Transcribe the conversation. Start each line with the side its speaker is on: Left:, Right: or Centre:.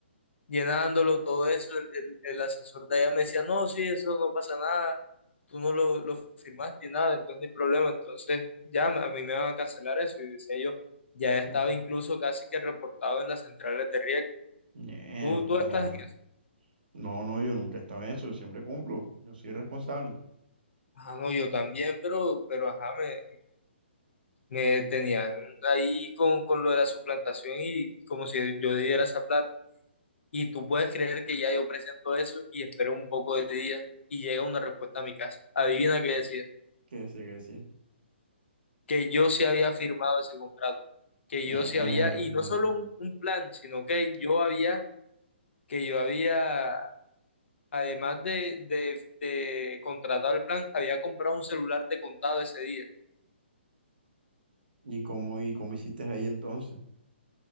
Left: llenándolo todo eso, el, el- el asesor de allá me decía, no, sí, eso no pasa nada, tú no lo, lo firmaste y nada, entonces no hay problema, entonces ya me- a mí me van a cancelar eso. Y decía yo, ya estaba
Right: mm,
Left: incluso casi que reportado en las centrales de riesgo.
Right: Mierda.
Left: Tú, tú estás en eso.
Right: No, no, yo nunca estaba en eso, yo siempre cumplo, yo soy responsable.
Left: Ah, no, yo también, pero, pero ajá, me me tenían ahí con, con lo de la suplantación y como si yo debiera esa plata. Y tú puedes creer que ya yo presento eso y espero un poco de días y llega una respuesta a mi casa. Adivina qué decía,
Right: ¿Qué decía, qué decía?
Left: que yo sí había firmado ese contrato, que
Right: Mierda.
Left: yo sí había, y no solo un, un plan, sino que yo había, que yo había, además de, de, de contratar el plan, había comprado un celular de contado ese día.
Right: ¿Y cómo, y cómo hiciste ahí entonces?